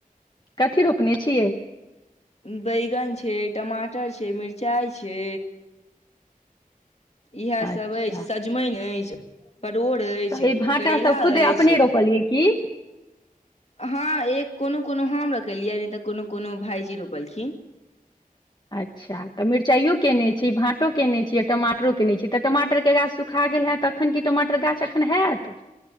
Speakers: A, on the left; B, on the left.
A: कथी रोपने छियै
B: बैगन छै टमाटर छै मिरचाइ छै इएह सब
A: अच्छा
B: अछि सजमनि अछि परोड़ अछि
A: तऽ ई भाँटा
B: करेेला
A: सब खुदे
B: अछि
A: अपने रोपलियै की
B: हँ एक कोनो कोनो हम रोपलियै नहि तऽ कोनो कोनो भाईजी रोपलखिन
A: अच्छा तऽ मिरचाइो केयने छी भाँटो केने छी आ टमाटरो केने छी तऽ टमाटरके गाछ सुख खा गेल है त एखन क टमाटर गाछ एखन हैत